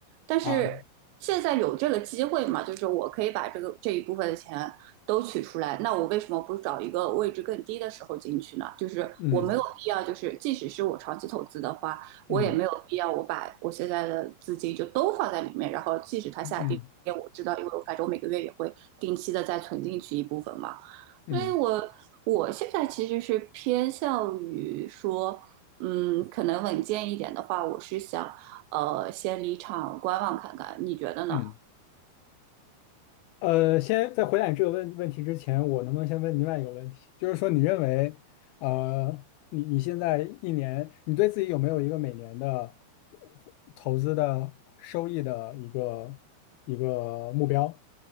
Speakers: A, on the right; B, on the left.
A: 但是现在有这个机会嘛，
B: 啊，
A: 就是我可以把这个这一部分的钱都取出来，那我为什么不找一个位置更低的时候进去呢？就是我没有必要，
B: 嗯
A: 就是即使是我长期投资的话，我也没有必要我把我现在的资金就都放在里面，
B: 嗯
A: 然后即使它下跌，
B: 嗯嗯
A: 我知道，因为我反正我每个月也会定期的再存进去一部分嘛。
B: 嗯
A: 所以我我现在其实是偏向于说，嗯，可能稳健一点的话，我是想，呃，先离场观望看看，你觉得呢？
B: 嗯。呃，先在回答你这个问问题之前，我能不能先问另外一个问题？就是说，你认为，呃，你你现在一年，你对自己有没有一个每年的投资的收益的一个一个目标？